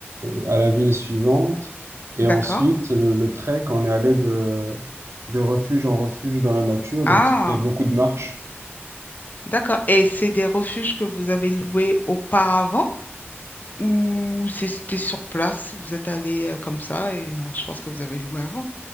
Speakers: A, on the right; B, on the left.
A: euh, à la ville suivante. Et
B: d'accord.
A: ensuite, euh, le trek, on est allé de, de refuge en refuge dans la nature,
B: Ah.
A: donc c'était beaucoup de marches.
B: D'accord. Et c'est des refuges que vous avez loués auparavant ou c'était sur place? Vous êtes allé euh, comme ça et non, je pense que vous avez loué avant.